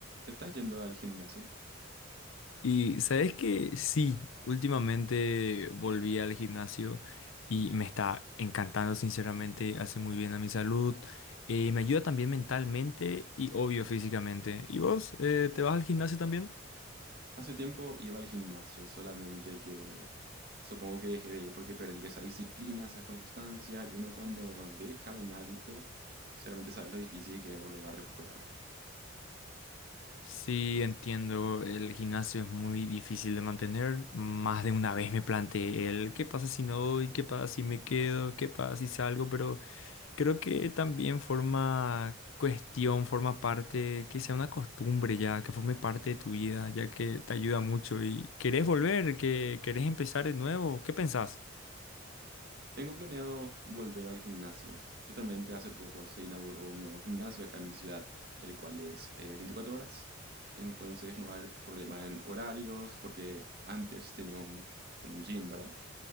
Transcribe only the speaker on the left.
Y sabes que sí, últimamente volví al gimnasio y me está encantando, sinceramente, hace muy bien a mi salud, eh, me ayuda también mentalmente y obvio físicamente. ¿Y vos, eh, te vas al gimnasio también?
Sí, entiendo, el gimnasio es muy difícil de mantener. Más de una vez me planteé el qué pasa si no voy, qué pasa si me quedo, qué pasa si salgo, pero... Creo que también forma cuestión, forma parte, que sea una costumbre ya, que forme parte de tu vida, ya que te ayuda mucho y querés volver, que querés empezar de nuevo, ¿qué pensás?